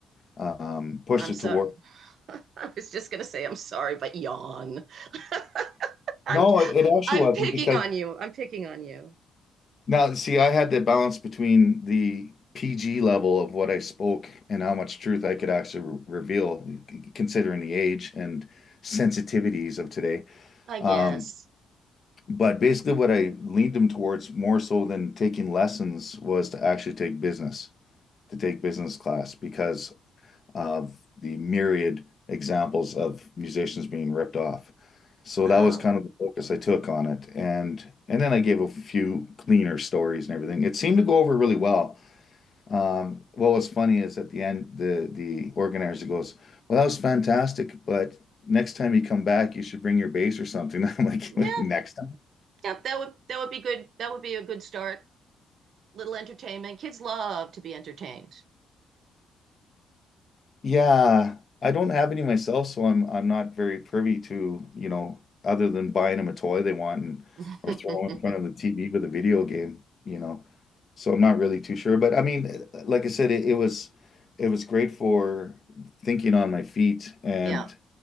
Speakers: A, on the left; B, on the right.
A: um, pushed
B: I'm
A: it
B: sorry.
A: toward.
B: <laughs> I was just gonna say I'm sorry, but yawn. <laughs> I'm
A: No, it actually
B: I'm
A: wasn't
B: picking
A: because
B: on you. I'm picking on you.
A: now see, I had to balance between the PG level of what I spoke and how much truth I could actually re reveal, considering the age and sensitivities of today.
B: I
A: Um,
B: guess.
A: But basically, what I leaned him towards more so than taking lessons was to actually take business, to take business class because of the myriad examples of musicians being ripped off. So
B: Oh.
A: that was kind of the focus I took on it. And and then I gave a few cleaner stories and everything. It seemed to go over really well. Um, what was funny is at the end, the the organizer goes, "Well, that was fantastic, but next time you come back, you should bring your bass or something." <laughs> I'm like,
B: Yeah,
A: "Wait, "Next time."
B: yeah, that would that would be good. That would be a good start. Little entertainment. Kids love to be entertained.
A: Yeah, I don't have any myself, so I'm I'm not very privy to, you know, other than buying them a toy they want and
B: <laughs>
A: or throwing in front of the TV with a video game, you know. So I'm not really too sure, but I mean, eh, like I said, it, it was it was great for thinking on my feet and
B: Yeah.